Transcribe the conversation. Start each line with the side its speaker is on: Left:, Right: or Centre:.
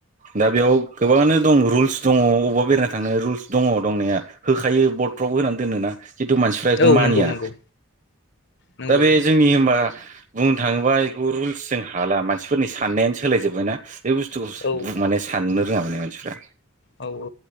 Right: दा बेयाव गोबाङानो दं रुल्स दङ' अबबा बेरायना थांनो रुल्स दङ' दंनाया होखायो बर्डफ्रावबो होनानै दोनोना खिन्थु मानसिफ्रा इखौ
Left: औ
Right: मानिया
Left: नंगौ नंगौ नंगौ
Right: दा बे जोंनि होमबा <unintelligible> थाङोबा इखौ रुलस जों हाला मानसिफोरनि साननायानो सोलाय जोबबायना बे बुस्थुखौ
Left: औ
Right: बु माने साननो रोङा माने मानसिफ्रा
Left: औ औ